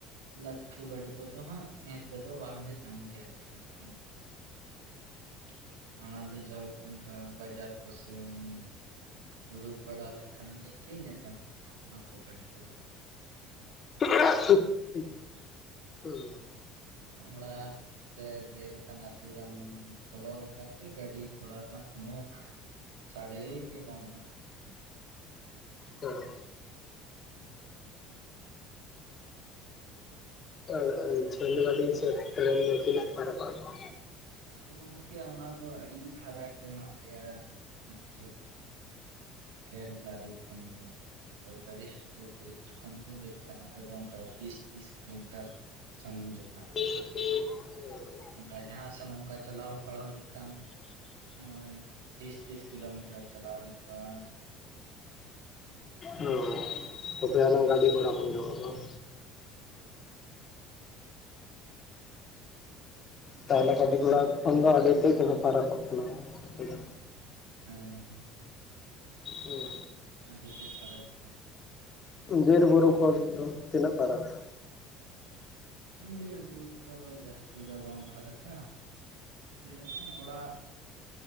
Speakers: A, on the right; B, on the left.
A: ᱞᱟᱹᱴᱷᱩ ᱜᱟᱹᱰᱤ ᱠᱚᱫᱚ ᱦᱟᱸᱜ ᱧᱮᱞ ᱛᱮ ᱫᱚ ᱵᱟᱝᱞᱮ ᱧᱟᱢ ᱜᱮᱭᱟ ᱞᱮ ᱟᱨᱠᱤ <inaudible> ᱚᱱᱟ ᱫᱚ ᱡᱟᱭᱦᱳᱠ ᱚᱱᱠᱟ ᱵᱟᱡᱟᱨ ᱠᱚᱥᱮᱱ ᱩᱰᱩᱠ ᱵᱟᱲᱟ ᱞᱮᱱᱠᱷᱟᱱ ᱟᱹᱱᱤᱡ ᱜᱮ ᱧᱮᱞ ᱧᱟᱢᱚᱜᱼᱟ ᱚᱱᱟ ᱠᱚ ᱜᱟᱹᱰᱤ ᱠᱚ ᱫᱚ
B: <unintelligible>
A: ᱚᱲᱟᱜ ᱨᱮ ᱞᱟᱹᱭ ᱞᱮᱠᱟᱱ ᱟᱹᱛᱩ ᱨᱮᱢ ᱵᱚᱞᱚ ᱞᱮᱱᱠᱷᱟᱱ ᱜᱮ ᱜᱟᱹᱰᱤ ᱜᱷᱚᱲᱟ ᱨᱮᱱᱟᱜ ᱠᱚᱱᱳ ᱥᱟᱰᱮ ᱜᱮ ᱵᱟᱢ ᱟᱸᱡᱚᱢ ᱧᱟᱢᱟ
B: ᱦᱩᱸ <unintelligible> ᱡᱷᱟᱹᱞ ᱜᱟᱹᱰᱤ ᱥᱮ ᱴᱨᱮᱹᱱ ᱫᱚ ᱛᱤᱱᱟᱹᱜ ᱯᱷᱟᱨᱟᱠᱚᱜ-ᱟ
A: ᱟᱨ ᱠᱚᱫᱚ ᱜᱚᱝᱠᱮ ᱚᱱᱟ ᱫᱚ ᱟᱹᱰᱤ ᱯᱷᱟᱨᱟᱠ ᱨᱮᱱᱟᱜ ᱢᱮᱱᱟᱜ ᱞᱮᱭᱟ <unintelligible> ᱴᱨᱮᱠ ᱜᱟᱹᱰᱤ ᱠᱷᱚᱱ ᱫᱚ᱾ ᱨᱮᱞ ᱜᱟᱹᱲᱤ ᱥᱴᱚᱯᱮᱡ ᱠᱷᱚᱱ ᱫᱚ ᱞᱟᱹᱭ ᱞᱮᱠᱷᱟᱱ ᱟᱞᱮ ᱫᱚ ᱚᱱᱠᱟ ᱵᱤᱥ ᱛᱤᱨᱤᱥ ᱠᱤᱞᱳ ᱢᱤᱴᱟᱨ᱾ ᱥᱟᱺᱜᱤᱧ ᱡᱷᱟᱹᱞ ᱱᱟᱜ᱾
B: <unintelligible>
A: ᱚᱱᱠᱟ ᱡᱟᱦᱟᱸ ᱥᱮᱱ ᱚᱱᱠᱟ ᱪᱟᱞᱟᱣ ᱵᱟᱲᱟ ᱦᱳᱭ ᱞᱮᱱᱠᱷᱟᱱ᱾ ᱦᱳᱭ ᱵᱤᱥ ᱛᱤᱥ ᱠᱤᱞᱳ ᱢᱤᱴᱟᱨ ᱪᱟᱞᱟᱣ ᱦᱩᱭᱩᱜᱼᱟ᱾
B: ᱦᱳᱭ ᱛᱚᱵᱮ ᱟᱱᱟᱝ
A: ᱦᱮᱸ
B: ᱜᱟᱹᱰᱤ ᱜᱷᱚᱲᱟ ᱠᱚᱢ ᱧᱟᱢᱟ ᱵᱟᱝ᱾ ᱛᱟᱦᱚᱞᱮ ᱜᱟᱹᱰᱤ ᱜᱷᱚᱲᱟ ᱠᱷᱚᱱ ᱫᱚ ᱟᱹᱰᱤ ᱛᱮᱫ ᱜᱮᱯᱮ ᱯᱷᱟᱨᱟᱠᱚᱜ ᱠᱟᱱᱟ᱾ ᱦᱳᱭ ᱟᱯᱮ ᱫᱚ᱾
A: ᱦᱮᱸ ᱦᱮᱸ᱾
B: ᱦᱳᱭ
A: ᱟᱹᱰᱤ ᱛᱮ <unintelligible>
B: ᱵᱤᱨ-ᱵᱩᱨᱩ ᱠᱚ ᱫᱚ ᱛᱤᱱᱟᱹᱜ ᱯᱷᱟᱨᱟᱠᱟ᱾
A: ᱵᱤᱨ-ᱵᱩᱨᱩ ᱠᱚᱫᱚ ᱡᱟᱹᱥᱛᱤ ᱫᱚ ᱵᱟᱝ ᱯᱷᱟᱨᱟᱠᱟ᱾ ᱡᱮᱞᱮᱞᱮᱠᱟᱱ ᱚᱲᱟᱜ᱾